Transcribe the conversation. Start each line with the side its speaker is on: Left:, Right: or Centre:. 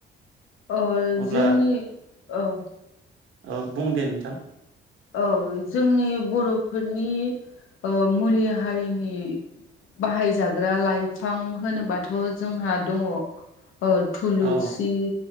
Left: औ
Right: अब्ला
Left: जोंनि औ
Right: औ बुं दे नोंथां।
Left: औ जोंनि बर'फोरनि ओ मुलि हारिनि बाहायजाग्रा लाइफां होनोबाथ' जोंहा दङ ओ थुलुसि
Right: औ